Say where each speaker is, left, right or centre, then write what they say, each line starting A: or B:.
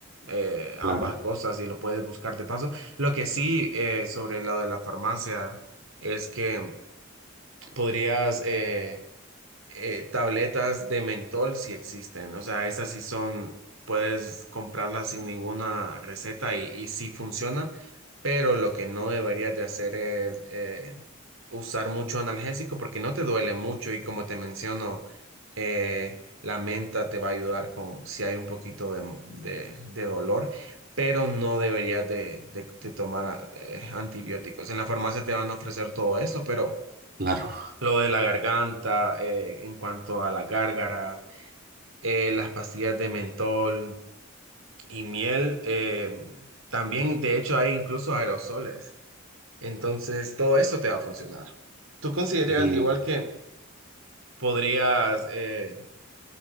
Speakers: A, on the right; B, on the right.
A: eh, ambas
B: Claro,
A: cosas y lo puedes buscar de paso. Lo que sí eh, sobre lo de la farmacia es que podrías eh, eh, tabletas de mentol sí existen, o sea, esas sí son, puedes comprarlas sin ninguna receta y, y sí funciona, pero lo que no deberías de hacer es eh, usar mucho analgésico porque no te duele mucho y como te menciono, eh, la menta te va a ayudar con si hay un poquito de, de- de dolor. pero no deberías de, de- de tomar eh, antibióticos. En la farmacia te van a ofrecer todo esto, pero
B: claro.
A: lo de la garganta, eh, en cuanto a la gárgara, eh, las pastillas de mentol y miel, eh, también de hecho hay incluso aerosoles. Entonces todo eso te va a funcionar. ¿Tú consideras
B: <laughs> Y-
A: igual que podrías, eh,